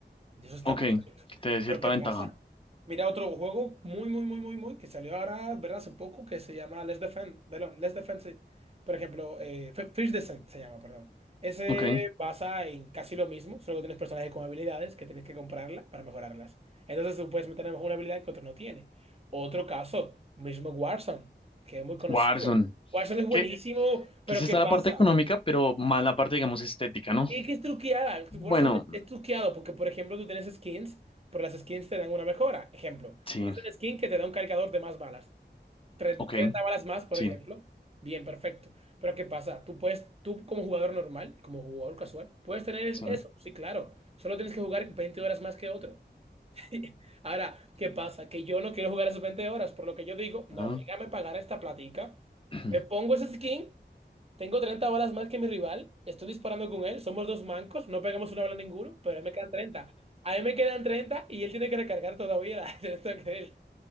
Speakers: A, on the right; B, on the left.
A: Y Eso está
B: Ok,
A: perfecto.
B: que te dé cierta
A: Pero ¿qué pasa?
B: ventaja.
A: Mira otro juego muy, muy, muy, muy, muy, que salió ahora, ¿verdad? Hace poco, que se llama Let's Defend. perdón, Let's Defend, sí. Por ejemplo, eh, F- Fish Descent se llama, perdón. Ese
B: Ok,
A: basa en casi lo mismo, solo que tienes personajes con habilidades que tienes que comprarla para mejorarlas. Entonces tú puedes meter a lo mejor una habilidad que otro no tiene. Otro caso, mismo Warzone, que es muy conocido.
B: Warzone.
A: Warzone es buenísimo,
B: Que,
A: pero
B: que sí
A: ¿qué
B: está
A: pasa?
B: la parte económica, pero más la parte, digamos, estética, ¿no?
A: y que es truqueada.
B: Bueno,
A: Warzone es truqueado porque, por ejemplo, tú tienes skins, pero las skins te dan una mejora. Ejemplo,
B: sí,
A: tienes una skin que te da un cargador de más balas. Tre-
B: ok,
A: 30 balas más, por
B: sí,
A: ejemplo. Bien, perfecto. Pero ¿qué pasa? Tú puedes, tú como jugador normal, como jugador casual, puedes tener
B: sí.
A: eso. Sí, claro. Solo tienes que jugar 20 horas más que otro. <laughs> Ahora, ¿qué pasa? Que yo no quiero jugar esas 20 horas, por lo que yo digo, no,
B: Ah.
A: déjame pagar esta platica,
B: <clears throat>
A: me pongo ese skin, tengo 30 balas más que mi rival, estoy disparando con él, somos dos mancos, no pegamos una bala ninguno, pero a él me quedan 30. A él me quedan 30 y él tiene que recargar todavía la <laughs> de esto que él.